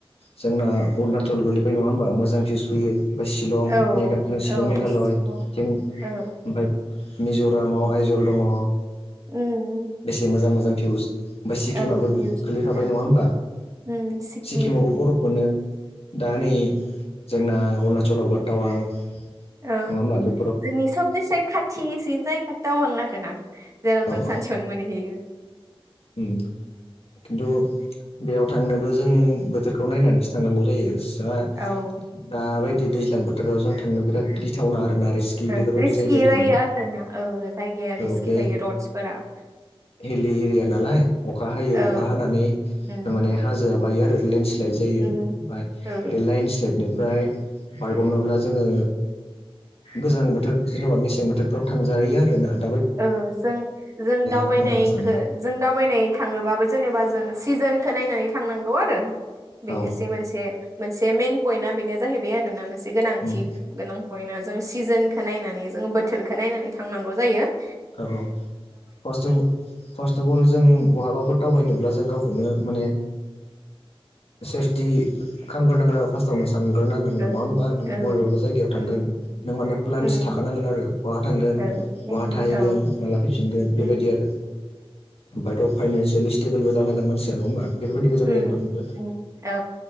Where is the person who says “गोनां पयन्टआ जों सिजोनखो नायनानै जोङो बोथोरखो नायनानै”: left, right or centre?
Right